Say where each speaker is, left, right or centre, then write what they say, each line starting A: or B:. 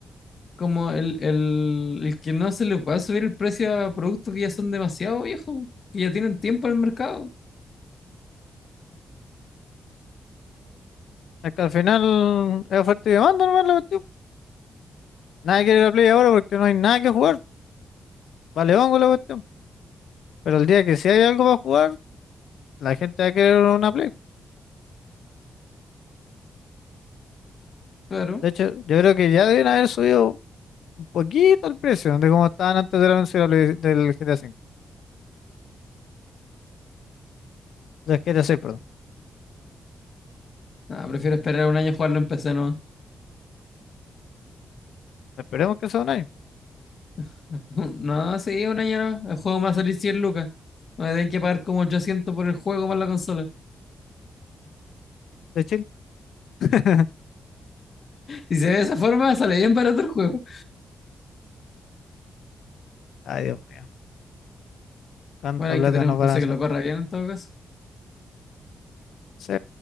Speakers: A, on the left; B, on the left.
A: Como el, el, el que no se le pueda subir el precio a productos que ya son demasiado viejos, que ya tienen tiempo en el mercado.
B: Es que al final es oferta y demanda, nomás la cuestión. Nadie quiere la Play ahora porque no hay nada que jugar. Vale hongo la cuestión. Pero el día que sí hay algo para jugar, la gente va a querer una Play.
A: Pero,
B: De hecho, yo creo que ya deben haber subido un poquito el precio de cómo estaban antes del anuncio de la Play- del GTA 5 Del GTA 6, perdón.
A: nada, prefiero esperar un año a jugarlo en PC, ¿no?
B: Esperemos que sea un año
A: <laughs> No, sí, un año no. El juego me va a salir 100 lucas. Me tienen que pagar como 800 por el juego más la consola.
B: de Chile. <laughs>
A: Si se ve de esa forma, sale bien barato el juego.
B: Ay, Dios mío. ¿Cuánta
A: Bueno, hay
B: plata
A: que tener
B: nos
A: un PC
B: van a hacer?
A: que lo corra bien en todo caso.
B: Sí,